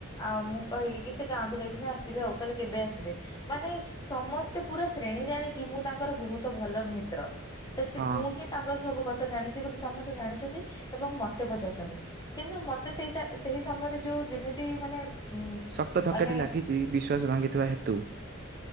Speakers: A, on the left (about 20°); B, on the right (about 45°).
A: ଆଉ ମୁଁ କହିଲି କି ସେ ଗାଁକୁ ଯାଇଛନ୍ତି ଆସିବେ ଆଉ କହିଲେ କେବେ ଆସିବେ ମାନେ ସମସ୍ତେ ପୁରା ଶ୍ରେଣୀ ଜାଣିଛି ମୁଁ ତାଙ୍କର ବହୁତ ଭଲ ମିତ୍ର। ସେ
B: ହଁ
A: ମୁଁ ହିଁ ତାଙ୍କ ସବୁ କଥା ଜାଣିଛି ବୋଲି ସମସ୍ତେ ଜାଣିଛନ୍ତି ଏବଂ ମତେ ପଚାରୁଛନ୍ତି କିନ୍ତୁ ମତେ ସେଇଟା ସେହି ସମୟରେ ଯୋଉ ଯେମିତି ମାନେ ଉ
B: ଶକ୍ତ ଧକାଟି
A: ମାନେ
B: ଲାଗିଛି ବିଶ୍ୱାସ ଭାଙ୍ଗିଥିବା ହେତୁ